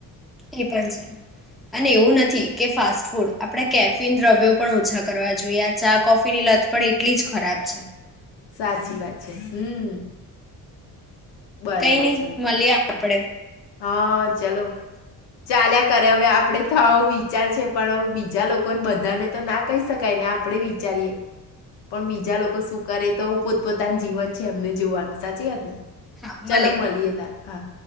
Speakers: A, in the centre; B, on the left.
A: એ પણ છે અને એવું નથી કે ફાસ્ટ ફૂડ આપણે કેફિન દ્રવ્યો પણ ઓછા કરવા જોઈએ ચા કોફીની લત પણ એટલી જ ખરાબ છે
B: સાચી વાત છે હમ બરાબર
A: કઈ નહી
B: છે
A: મલીએ આપડે
B: હા ચલો ચાલ્યા કરે હવે આપડે તો આવુ વિચાર છે પણું બીજા લોકોને બધાને તો ના કહી શકાય ને આપડે વિચારીએ પણ બીજા લોકો શું કરે તો પોતપોતાનું જીવન છે એમને જોવાનું સાચી વાત ને
A: હા
B: ચાલો
A: મળીએ
B: મલીએ તાર હા